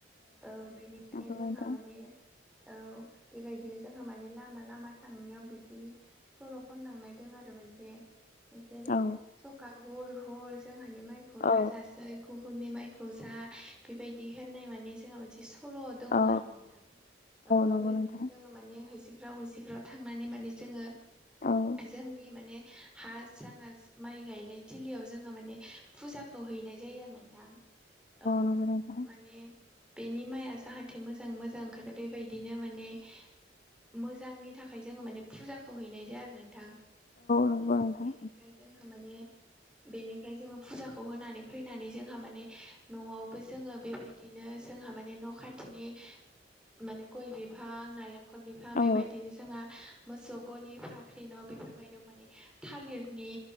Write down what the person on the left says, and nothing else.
नंगौ
नोंथां
औ
औ
औ
नंगौ नोंथां
औ
नंगौ नोंथां
नंगौ
नोंथां
<inaudible>
औ